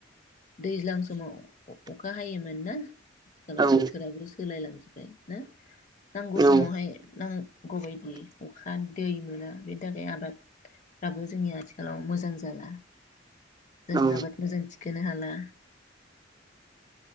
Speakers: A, on the left (about 40°); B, on the right (about 20°).
A: दैज्लां समाव अखा हायोमोन ना? आथिखालाव
B: औ
A: बोथोराबो सो सोलाय लांजोबबाय ना। नांगौ
B: औ
A: समावहाय नां गौबायदि अखा दै मोना बेनि थाखाय आबादफ्राबो जोंनि आथिखालाव मोजां जाला जोंङो
B: औ
A: आबाद मोजां थि खोनो हाला